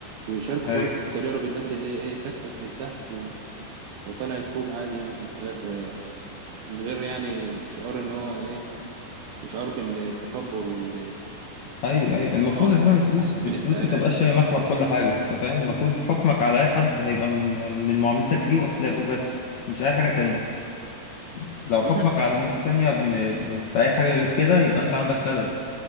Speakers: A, on the right; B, on the left.
A: ويشاركوا
B: أيوه
A: برضه تجارب الناس اللي هي إيه كافحت من تحت و- وطلعت فوق عادي يعني من غير من غير يعني شعور إن هو إيه شعور بال- بالتكبر وال
B: أيوه أيوه المفروض
A: إن هو
B: أساسا الفلوس
A: أحس
B: الفلوس
A: بالاستعلاء
B: ما تبقاش
A: يعني
B: هي محور كل حاجة أنت فاهم؟ المفروض حكمك على أي حد هيبقى من من معاملتك ليه وأخلاقه بس مش أي حاجة تانية لو
A: وكمان
B: حكمك على الناس التانية ب- بأي حاجة غير كده يبقى أنت عندك خلل